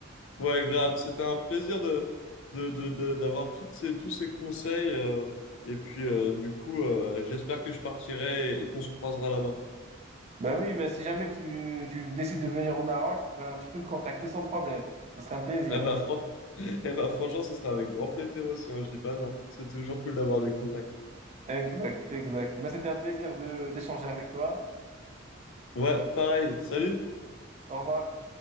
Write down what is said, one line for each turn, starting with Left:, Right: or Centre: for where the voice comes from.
Left: ouais, grave. C'était un plaisir de, de, de, de- d'avoir toutes ces, tous ces conseils. euh, et puis, euh, du coup, euh, j'espère que je partirai et, et qu'on se croisera là-bas.
Right: Ben oui, mais si jamais tu, tu décides de venir au Maroc, ben, tu peux me contacter sans problème. Ce serait un plaisir.
Left: Et bah, fran- <laughs> eh bah, franchement, ce sera avec grand plaisir aussi. hein, je dis pas non. C'est toujours cool d'avoir des contacts.
Right: Exact, exact. Ben, c'était un plaisir de d'échanger avec toi.
Left: Ouais, pareil. Salut!
Right: Au revoir.